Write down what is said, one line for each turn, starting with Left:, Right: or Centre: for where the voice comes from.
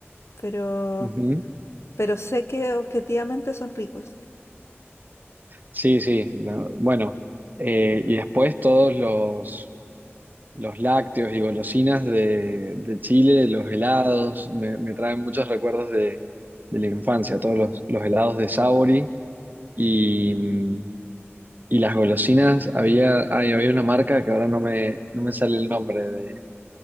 Left: pero,
Right: Ujú.
Left: pero sé que objetivamente son ricos.
Right: Sí, sí. la- bueno, eh, y después todos los, los lácteos y golosinas de, de Chile, los helados, me, me traen muchos recuerdos de, de la infancia, todos los, los helados de Sauri y, mm, y las golosinas. Había, ay, había una marca que ahora no me, no me sale el nombre de